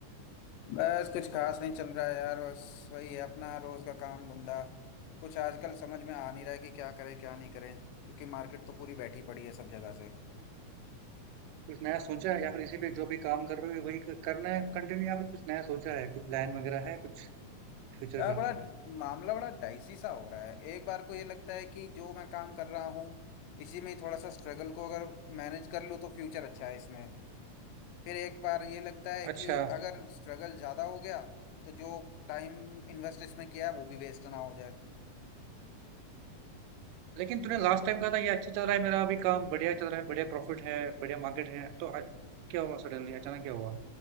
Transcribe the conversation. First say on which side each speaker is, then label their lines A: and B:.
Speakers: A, on the left (about 85°); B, on the right (about 85°).
A: बस कुछ खास नहीं चल रहा है यार बस वही है अपना रोज का काम धंधा कुछ आजकल समझ में आ नहीं रहा है कि क्या करें क्या नहीं करें क्योंकि मार्केट तो पूरी बैठी पड़ी है सब जगह से
B: कुछ नया सोचा है या फिर इसी पे जो भी काम कर रहे हो वही क- करना है कंटिन्यू या फिर कुछ नया सोचा है कोई प्लान वगैरह है कुछ फ्यूचर
A: यार
B: का
A: बड़ा मामला बड़ा डाइसी सा हो रहा है एक बार को ये लगता है कि जो मैं काम कर रहा हूँ इसी में ही थोड़ा सा स्ट्रगल को अगर मैनेज कर लूँ तो फ्यूचर अच्छा है इसमें फिर एक बार ये लगता है
B: अच्छा
A: कि अगर स्ट्रगल ज़्यादा हो गया तो जो टाइम इन्वेस्ट इसमें किया है वो भी वेस्ट ना हो जाए
B: लेकिन तूने लास्ट टाइम कहा था ये अच्छा चल रहा है मेरा अभी काम बढ़िया चल रहा है बढ़िया प्रॉफिट है बढ़िया मार्केट है तो अ- क्या हुआ सडनली अचानक क्या हुआ